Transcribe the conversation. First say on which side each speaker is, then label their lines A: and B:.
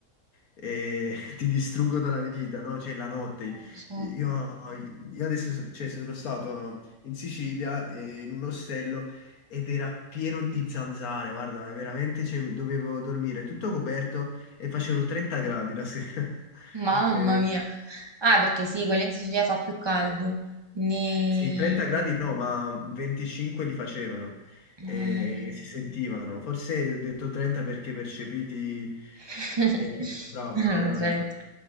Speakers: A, on the left; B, on the right.
A: e <laughs> ti distruggono la vita, no? Cioè la notte.
B: Eh, lo so.
A: Io, io adesso so- cioè, sono stato in Sicilia eh, in un ostello ed era pieno di zanzare, guarda, veramente cioè, dovevo dormire tutto coperto e facevano 30 gradi la sera. <laughs>
B: Mamma
A: Eh,
B: mia. Ah, perché sì, quella in Sicilia fa più caldo. Quindi...
A: sì, 30 gradi no, ma 25 li facevano. eh,
B: Mamma mia.
A: si sentivano, forse ho detto 30 perché percepiti
B: <laughs>
A: eh, bravano
B: Erano
A: veramente.
B: 30.